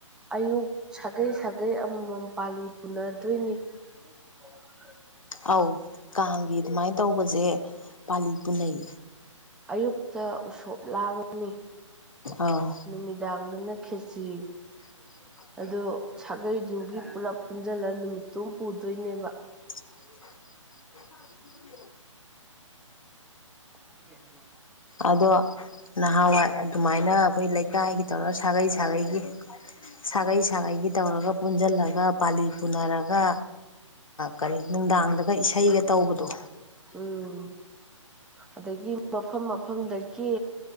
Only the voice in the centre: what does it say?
ꯑꯌꯨꯛ ꯁꯥꯒꯩ ꯁꯥꯒꯩ ꯑꯃꯃꯝ ꯄꯥꯜꯂꯤ ꯄꯨꯅꯗꯣꯏꯅꯤ <inaudible>
ꯑꯌꯨꯛꯇ ꯎꯁꯣꯞ ꯂꯥꯡꯉꯅꯤ
ꯅꯨꯃꯤꯗꯥꯡꯗꯅ ꯈꯦꯆ꯭ꯔꯤ
ꯑꯗꯣ ꯁꯥꯒꯩꯗꯨꯒꯤ ꯄꯨꯂꯞ ꯄꯨꯟꯁꯤꯜꯂ ꯅꯨꯃꯤꯠꯇꯨ ꯑꯃ ꯄꯨꯗꯣꯏꯅꯦꯕ
<inaudible>
ꯎꯝ ꯑꯗꯒꯤ ꯃꯐꯝ ꯃꯐꯝꯗꯒꯤ